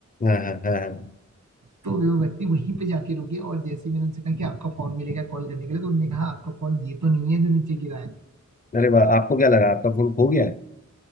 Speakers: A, on the left; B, on the right.
A: हाँ हाँ हाँ हाँ
B: तो वो व्यक्ति वहीं पे जाके रुके और जैसे ही मैंने उनसे कहा कि आपका फोन मिलेगा कॉल करने के लिए तो उन्होंने कहा आपका फोन ये तो नहीं है जो नीचे गिरा है
A: अरे वाह आपको क्या लगा आपका फोन खो गया है